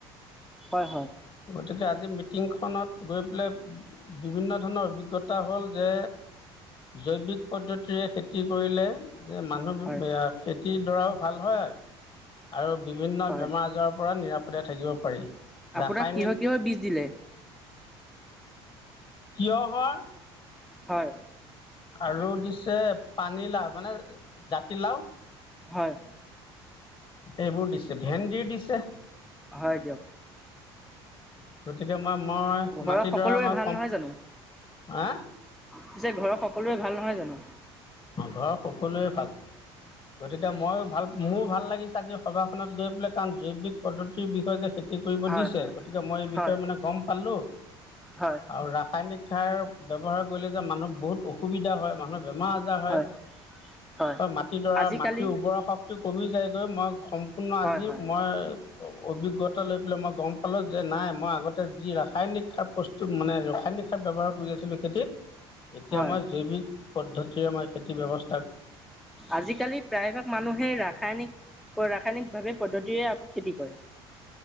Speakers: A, in the centre; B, on the left.
A: হয় হয়
B: গতিকে আজি মিটিংখনত গৈ পেলাই বিভিন্ন ধৰণৰ অভিজ্ঞতা হ'ল যে জৈৱিক পদ্ধতিৰে খেতি কৰিলে যে মানুহ
A: হয়
B: খেতিৰ দাৰও ভাল হয় আৰু বিভিন্ন
A: হয়
B: বেমাৰ আজাৰৰ পৰা নিৰাপদে থাকিব পাৰি
A: আপোনাক
B: ৰাসায়নিক
A: কিহৰ কিহৰ বীজ দিলে
B: কিয় হয়
A: হয়
B: আৰু দিছে পানীলাও মানে জাতিলাও
A: হয়
B: এইবোৰ দিছে ভেণ্ন্দি দিছে
A: হয় যাব
B: গতিকে মই মই
A: ঘৰৰ
B: মাটিডৰা
A: সকলোৰে
B: মই
A: ভাল
B: কম
A: নহয় জানো
B: হা
A: পিছে ঘৰৰ সকলোে ভাল নহয় জানো
B: ঘৰৰ সকলোৱে ভাল গতিকে মইো ভাল মোৰো ভাল লাগিছে আজি সভাখনত গৈ পেলাই কাৰণ জৈৱিক পদ্ধতিৰ বিষয়ে যে কৰিব
A: হয়
B: দিছে
A: হয়
B: গতিকে মই এই বিষয়ে
A: হয়
B: মানে গম পালো
A: হয়
B: আৰু ৰাসায়নিক শাৰ্ৱহাৰ কৰিলে যে মানুহ বহুত অসুবিধা হয় মানুহ বেমাৰ মাটিডৰা
A: হয় হয় আজিকালি
B: মাটিৰ উৰ্বৰা শক্তি কমি যায়গৈ মই আজি
A: হয় হয়
B: মই অভিজ্ঞতা লৈ পেলাই মই গম পালো যে নাই মই আগতে যি ৰাসায়নিক সাৰ প্ৰস্তু মানে ৰাসায়নিক সাৰ ব্য্ৱহাৰ কৰি আছিলো খেতিত এতিয়া
A: হয়
B: আমাৰ জৈৱিক পদ্ধতিৰে আমাৰ খেতি ব্য্ৱস্থা
A: আজিকালি প্ৰায়ভাগ মানুহে ৰাসায়নিক ৰাসায়নিক ভাৱে পদ্ধতিৰে খেতি কৰে